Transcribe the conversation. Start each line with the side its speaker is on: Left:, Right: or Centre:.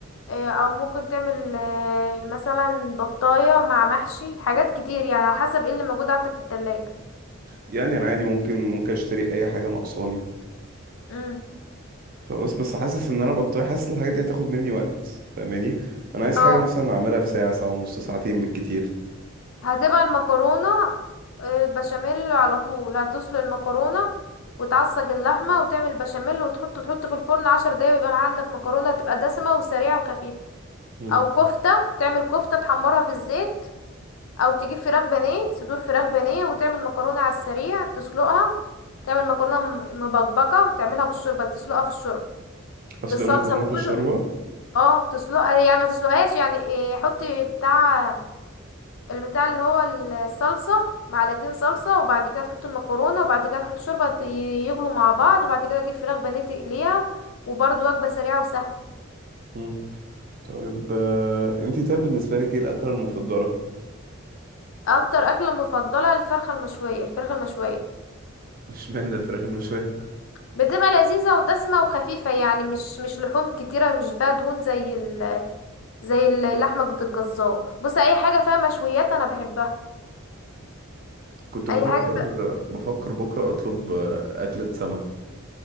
Left: آه، او ممكن تعمل آه، مثلا بطايه مع محشي حاجات كتير يعني على حسب ايه اللي موجود عندك في التلاجة
Right: يعني أنا عادي ممكن ممكن أشتري أي حاجة ناقصاني
Left: امم
Right: فبس بس حاسس إن أنا بطيء حاسس إن الحاجات دي هتاخد مني وقت فاهماني أنا عايز
Left: اه
Right: حاجة مثلا أعملها في ساعة ساعة ونص ساعتين بالكتير
Left: هتبقى المكرونة آه، البشاميل على طول هتسلق المكرونة وتعصج اللحمة وتعمل بشاميل وتحطه تحطه في الفرن عشر دقايق ويبقى معاك عندك مكرونة هتبقى دسمة وسريعة وخفيفة
Right: مم.
Left: أو كفتة تعمل كفتة تحمرها في الزيت أو تجيب فراخ بانيه صدور فراخ بانيه وتعمل مكرونة على السريع تسلقها تعمل مكرونة م- مبكبكة تعملها بالشوربة تسلقها في الشوربة
Right: أصل
Left: بالصلصة
Right: المكرونة
Left: بكله
Right: في الشوربة
Left: اه تسلقها يعني ما تسلقهاش يعني إيه، حطي بتاع البتاع اللي هو الصلصة معلقتين صلصة وبعد كده تحط المكرونة وبعد كده تحط شوربة ت- يغلوا مع بعض وبعد كده اجيب فراخ بانيه تقليها وبرضه وجبة سريعة وسهلة
Right: مم. طيب آه أنتي طيب بالنسبة لك إيه الأكلة المفضلة؟
Left: اكتر اكلة مفضلة الفرخة المشوية الفرخة المشوية
Right: <laughs> مش معنى الفراخ المشوية
Left: بتبقى لذيذة ودسمة وخفيفة يعني مش مش لحوم كتيرة مش فيها دهون زي ال زي اللحمة عند الجزار بص اي حاجة فيها مشويات انا بحبها
Right: كنت بفكر
Left: اي حاجة فيها.
Right: بفكر بكرة أطلب آه، أكلة سمك